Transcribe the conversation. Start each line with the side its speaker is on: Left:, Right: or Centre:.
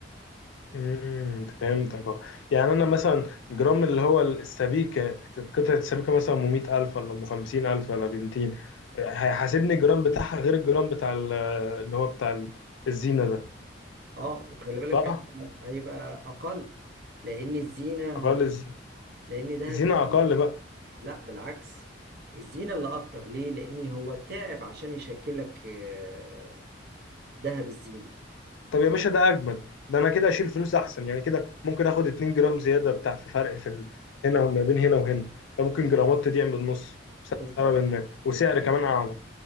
Left: امم فهمتك اه يعني انا مثلا جرام اللي هو السبيكة قطعة السبيكة مثلا ام 100000 ولا ام 50000 ولا ب 200 هيحاسبني الجرام بتاعها غير الجرام بتاع ال- اللي هو بتاع ال- الزينة ده
Right: اه وخلي بالك
Left: صح؟
Right: هيبقى هيبقى أقل لأن الزينة
Left: اقل
Right: هو
Left: الز-
Right: لأن ذهب
Left: الزينة اقل بقى
Right: لا بالعكس الزينة اللي أكتر ليه؟ لأن هو تعب عشان يشكل لك آه، ذهب الزينة
Left: طب يا باشا ده اجمد ده انا كده اشيل فلوس احسن يعني كده ممكن اخد 2 جرام زياده بتاع في فرق في ال... هنا وما بين هنا وهنا ده ممكن
Right: بس
Left: جرامات تضيع بالنص
Right: بالظبط
Left: سبب ان وسعر كمان اعلى